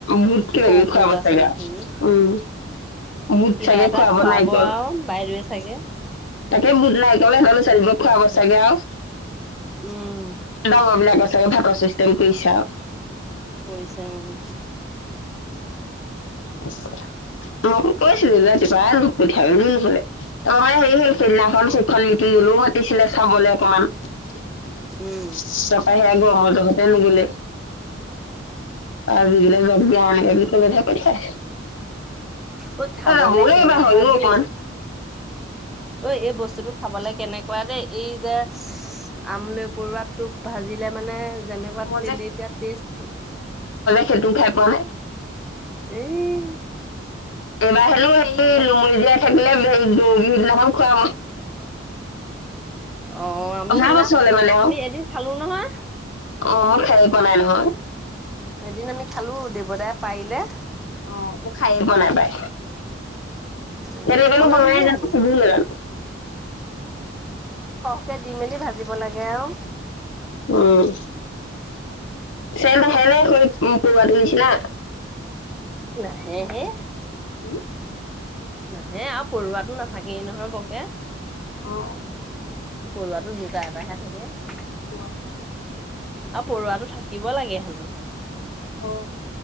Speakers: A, on the left; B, in the centre.
A: বুট কিবা
B: সৰু
A: কিবি
B: সৰু
A: খোৱাব
B: ল'ৰা
A: চাগে
B: ছোৱালী
A: আও
B: খিনি
A: উম বুট
B: কিবা
A: চাগে
B: এটা
A: খোৱাব
B: খুৱাব
A: নাইকল
B: আৰু বাইদেৱে চাগে।
A: তাকে গুডনাইট নলে হলে চ দিব খোৱাব চাগে আও
B: উম,
A: ডাঙৰ বিলাক চাগে ভাতৰ চিষ্টেম বৈছাও
B: পইচা উম
A: কৈছিলা মই কৈছিলো ৰাতিপুৱা লোক পঠিয়াব বোলে তাপা মানে হেৰি হল সেইদিনাখন শিক্ষণ নীতি গলেও মাতিছিলে চাবলৈ অকমান তাপা
B: উম।
A: সে আগ মোৰ লগতে নিমিলে আৰু যাক য দিয় এনেকে কলে কাই
B: ঐ খাবলে
A: আকৌ যাবও লাগিব
B: কেনেকুৱা
A: ৰ হয়ও
B: দেই
A: অকমান
B: ঐ এই বস্তুটোক খাবলৈ কেনেকোৱা দেই এই যে আমলই পৰুৱা টোপ ভাজিলে মানে যেনেকোৱা
A: মই
B: টেলৈটিয়া টেষ্টতো
A: সেইটোও খাই পোৱা নাই
B: এই
A: নোলায় হেল্ল সেই
B: অলপ
A: লুমৰিজিয়াত থাকিলে হে বিভিনাখন খোৱা
B: অ আমি
A: অহা
B: সিদিনা
A: বছৰলে মানে আৰু।
B: আমি এদিন চালো নহয়
A: অ মই খাইয়ে পোৱা নাই নহয়
B: এদিন আমি খালো দেৱতাই পাৰিলে
A: অ মোৰ খাইয়ে পোৱা নাই পাই
B: উম
A: কেনকৈনো
B: খাবলৈ
A: বনাই
B: ধুনীয়া
A: জানো
B: সেইটো
A: সেইটোও নাজানো
B: কে দি মেলি ভাজিব লাগে আৰু
A: উম চেইম সেনে কৰি পৰুৱাটো নিচিনা
B: নাহে হে
A: উম
B: নাহে আও পৰুৱাটো নাথাকেই নহয় বকে
A: অ'হ!
B: পৰুৱাটো দুটা, এটাহে তাকে
A: অ'!
B: আৰু পৰুৱাটো থাকিব লাগে হেনোঁ।
A: অ'!